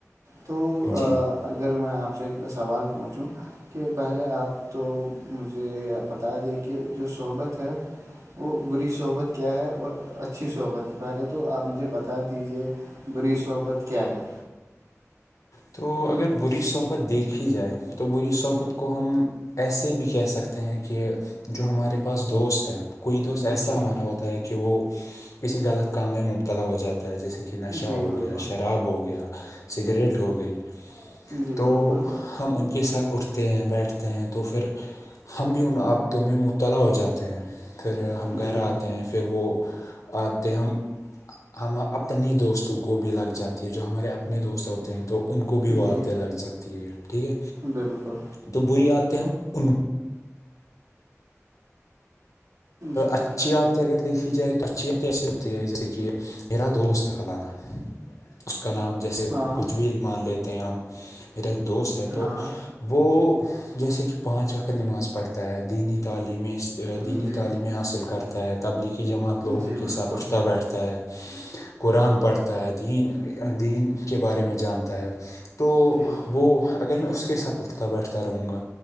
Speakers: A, on the right; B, on the left.
A: تو
B: جی
A: اگر میں آپ سے سوال پوچھوں کہ پہلے آپ تو مجھے بتا دیں کہ جو صحبت ہے وہ بری صحبت کیا ہے اور اچھی صحبت پہلے تو آپ مجھے بتا دیجیے بری صحبت کیا ہے
B: تو اگر بری صحبت دیکھی جائے تو بری صحبت کو ہم ایسے بھی کہہ سکتے ہیں کہ جو ہمارے پاس دوست ہے کوئی دوست ایسا
A: جی
B: ہمارا ہوتا ہے کہ وہ کسی غلط کام میں مبتلا ہو جاتا ہے جیسے کہ نشہ
A: جی
B: ہو
A: بالکل
B: گیا شراب ہو گیا سگریٹ ہو گئی
A: جی
B: تو
A: بالکل
B: ہم ان کے ساتھ اٹھتے ہیں بیٹھتے ہیں تو پھر ہم بھی ان عابتوں میں مبتلا ہو جاتے ہیں پھر ہم
A: جی
B: گھر آتے ہیں پھر وہ آتے ہم ہم اپنی دوستوں کو بھی لگ جاتی ہے جو ہمارے اپنے دوست ہیں تو ان کو بھی وہ
A: جی
B: آتیں لگ جاتی ہیں ٹھیک ہے
A: بالکل
B: تو بری آدیں ہم ان کو
A: جی
B: اچھا اگر دیکھی جائے تو اچھیت ایسے ہوتی ہیں جیسے کہ میرا دوست ہے فلانا اس کا نام جیسے
A: ہاں
B: کچھ بھی مان لیتے ہیں ہم میرا ایک دوست ہے تو
A: ہاں
B: وہ جیسے کہ پانچ وقت نماز پڑھتا ہے دینی تعلیم
A: جی
B: دینی میں حاصل کرتا ہے تبلیغی جماعت لوگوں
A: جی
B: کے
A: بالکل
B: ساتھ اٹھتا بیٹھتا ہے قرآن پڑھتا ہے دین دین کے بارے میں جانتا ہے تو
A: ٹھیک
B: وہ اگر میں اس کے ساتھ اٹھتا بیٹھتا رہوں گا